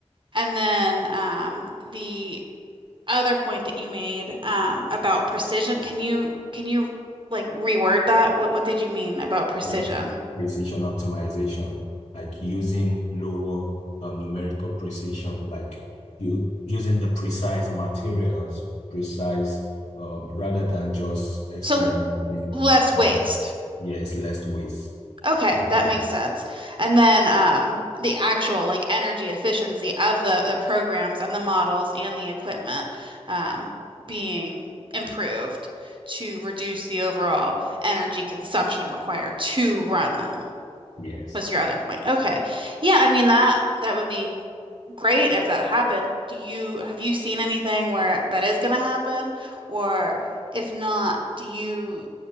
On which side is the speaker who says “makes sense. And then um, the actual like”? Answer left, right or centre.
Right